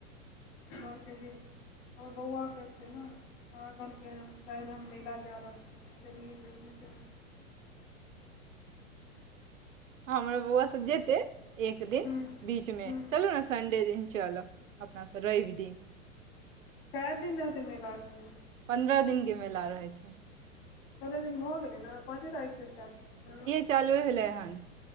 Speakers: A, on the left (about 50°); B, on the right (about 65°).
A: बहुत की हमर बौआके छै ने हमरा कहलकै हं काल्हि हम मेला जा रहलि चलियने च
B: हमरो बौआ सब जेतै एक दिन
A: हूँ
B: बीचमें
A: हूँ
B: चलू ने सडेन चल अपनासँ रवि दिन <unintelligible>
A: कै दिन रह हत मे लखन में
B: पन्द्रह दिनक के मेला रहै छै
A: कते दिन भऽ गेलै ने पाँचे तारीखसँ स्टार्ट छलै हँ
B: चालू भेलै हन